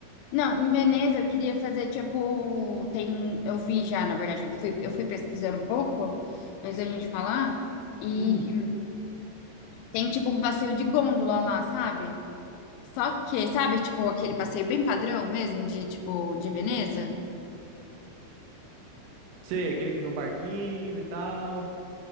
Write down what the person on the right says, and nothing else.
Hum,
sei, aquele que no barquinho e tal,